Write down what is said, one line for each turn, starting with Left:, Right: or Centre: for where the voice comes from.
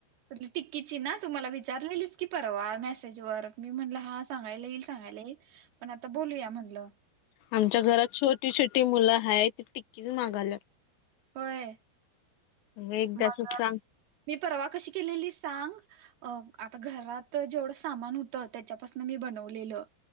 Right: ति टिक्कीची ना, तुम्हाला विचारलेलीच की परवा मेसेज वर मी म्हणलं हा सांगायला येईल, सांगयला येई, पण आता बोलूया म्हनलं
Left: आमच्या घरात छोटी-छोटी मुलं आहेत, ति टिक्कीच मागायल्या
Right: होय,
Left: एकदाच
Right: मग
Left: सांग
Right: मी परवा कशी केलेली सांग? अं आता घरात जेवढं सामान होतं, त्याच्यापासून मी बनवलेलं.